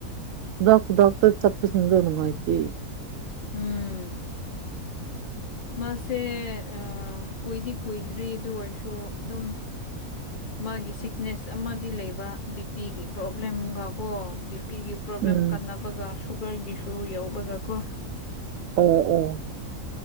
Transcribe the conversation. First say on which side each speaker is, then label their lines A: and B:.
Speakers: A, on the right (about 65°); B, on the left (about 60°).
A: ꯈꯨꯗꯛ ꯈꯨꯗꯛꯇ ꯆꯠꯄꯤꯁꯤꯡꯗꯣ ꯅꯨꯉꯥꯏꯇꯦ
B: ꯎꯝ ꯃꯥꯁꯦ ꯑꯥ ꯀꯨꯏꯗꯤ ꯀꯨꯏꯗ꯭ꯔꯤ ꯑꯗꯨ ꯑꯣꯏꯔꯁꯨ ꯑꯗꯨꯝ ꯃꯥꯒꯤ ꯁꯤꯛꯅꯦꯁ ꯑꯃꯗꯤ ꯂꯩꯕ ꯕꯤꯄꯤꯒꯤ ꯄ꯭ꯔꯣꯕ꯭ꯂꯦꯝꯒ ꯀꯣ ꯕꯤꯄꯤꯒꯤ ꯄ꯭ꯔꯣꯕ꯭ꯂꯦꯝ
A: ꯎꯝ
B: ꯀꯟꯅꯕꯒ ꯁꯨꯒꯔꯒꯤꯁꯨ ꯌꯧꯕꯒꯀꯣ
A: ꯑꯣ ꯑꯣ